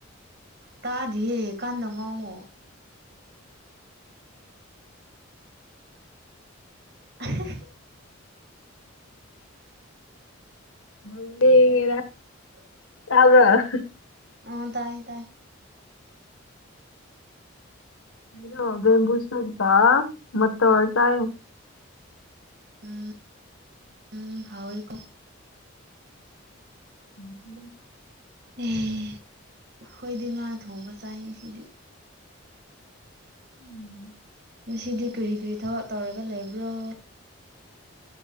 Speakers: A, on the right (about 50°); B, on the left (about 80°).
A: ꯇꯥꯗꯤꯌꯦ ꯀꯥꯟꯅ ꯉꯥꯡꯉꯣ ꯑꯍꯤ ꯍꯤ
B: ꯅꯨꯡꯗꯤꯒꯤꯗ꯭ꯔꯥ
A: <inaudible>
B: ꯇꯥꯕ꯭ꯔ
A: ꯑ ꯇꯥꯏ ꯇꯥꯏ
B: ꯀꯩꯅꯣ ꯕꯦꯝꯕꯨ ꯁꯨꯠꯀ ꯃ ꯇꯧꯔ ꯆꯥꯔꯦ
A: ꯎꯝ ꯎꯝ ꯍꯥꯎꯏꯀꯣ
B: <unintelligible>
A: ꯑꯦ ꯍꯣꯏꯗꯤ ꯉꯥ ꯊꯣꯡꯕ ꯆꯥꯏ ꯉꯁꯤꯗꯤ
B: ꯎꯝ
A: ꯉꯁꯤꯗꯤ ꯀ꯭ꯔꯤ ꯀ꯭ꯔꯤ ꯊꯕꯛ ꯇꯧꯔꯒ ꯂꯩꯕ꯭ꯔꯣ